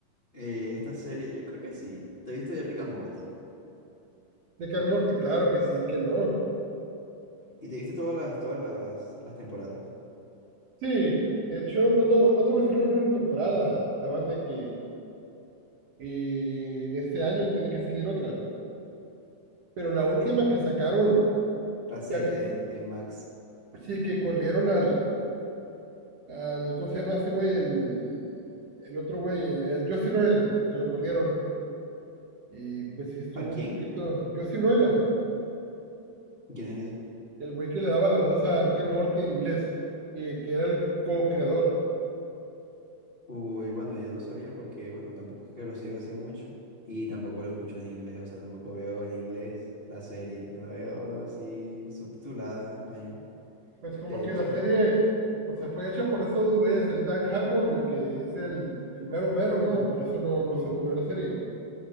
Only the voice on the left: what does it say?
eh, esta serie? Yo creo que sí. Te viste de Rick and Morty.
Y te viste todas las, todas las, las temporadas.
Sí.
Las siete
en, en Max.
¿A quién?
¿Quién es ese?
Uy, bueno, yo no sabía porque, bueno, tampoco es que lo sigo así mucho y tampoco lo escucho en inglés, o sea, tampoco veo en inglés la serie, la veo así subtitulada en español.
De
hecho,
uh,
uh,